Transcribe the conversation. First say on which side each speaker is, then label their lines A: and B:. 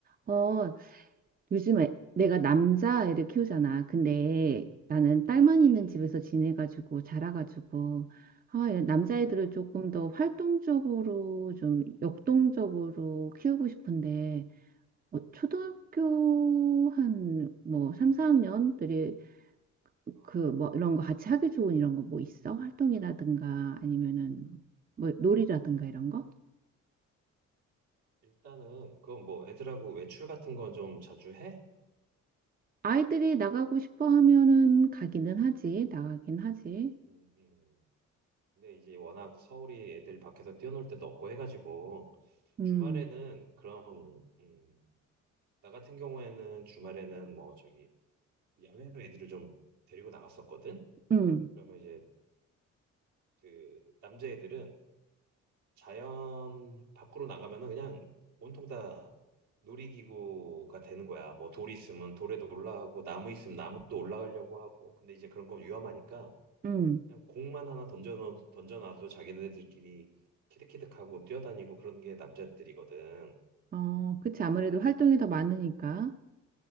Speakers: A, on the right; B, on the right.
A: 어, 요즘에 내가 남자애를 키우잖아. 근데 나는
B: 음,
A: 딸만
B: 음,
A: 있는 집에서 지내가지고 자라가지고 아, 이런 남자애들을
B: 어,
A: 조금 더 활동적으로 좀 역동적으로 키우고 싶은데 어, 초등학교
B: 어,
A: 한 뭐 삼사학년들이
B: 어.
A: 그 뭐 이런 거 같이 하기 좋은 이런 거 뭐 있어? 활동이라든가 아니면은 뭐 놀이라든가 이런 거?
B: 일단은 그뭐 애들하고 외출 같은 건 좀 자주 해?
A: 아이들이 나가고 싶어 하면은 가기는 하지. 나가긴
B: 음,
A: 하지.
B: 음, 음. 근데 이제 워낙 서울이 애들이 밖에서 뛰어놀 때도 없고 해가지고
A: 음.
B: 주말에는 그럼 음, 나 같은 경우에는 주말에는 뭐 저기 야외로 애들을 좀 데리고 나갔었거든.
A: 음,
B: 그러면 이제 그 남자애들은 자연 밖으로 나가면은 그냥 온통 다 놀이기구가 되는 거야. 뭐 돌 있으면 돌에도 올라가고 나무 있으면 나무도 올라가려고 하고. 근데 이제 그런 건 위험하니까
A: 음.
B: 그냥 공만 하나 던져놓, 던져놔도 자기네들끼리 키득키득하고 뛰어다니고 그런 게 남자들이거든.
A: 어, 그치.
B: 그러니까
A: 아무래도 활동이 더 많으니까.